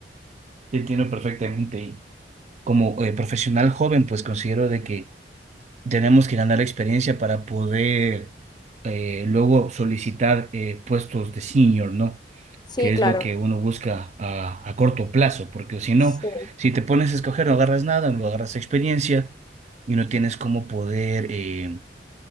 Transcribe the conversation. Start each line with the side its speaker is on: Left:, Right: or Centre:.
Right: te entiendo perfectamente. Y como eh, profesional joven, pues considero de que tenemos que ganar experiencia para poder eh, luego solicitar eh, puestos de senior, ¿no?
Left: Sí,
Right: Que
Left: claro.
Right: es lo que uno busca a, a corto plazo, porque si no,
Left: Sí.
Right: si te pones a escoger, no agarras nada, no agarras experiencia y no tienes cómo poder eh,